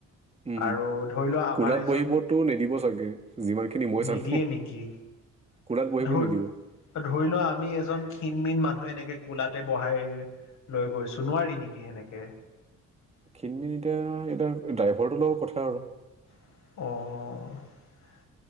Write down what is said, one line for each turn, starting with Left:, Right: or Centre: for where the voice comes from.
Right: হম হম
Left: আৰু ধৰি লোৱা আমাৰ
Right: কোলাত
Left: এজন।
Right: বহিবতো নিদিব চাগে যিমানখিনি মই
Left: নিদিয়ে
Right: জানো
Left: নেকি
Right: কোলাত বহিব
Left: ধৰি
Right: নিদিব
Left: ধৰি লোৱা আমি এজন কিন মিন মানুহে এনেকে কোলাতে বহাই লৈ গৈছো নোৱাৰি নেকি সেনেকে <unintelligible>
Right: খিনমিন এতিয়া এতিয়া ড্ৰাইভাৰটো লগৰ কথা আৰু <unintelligible>
Left: অঁ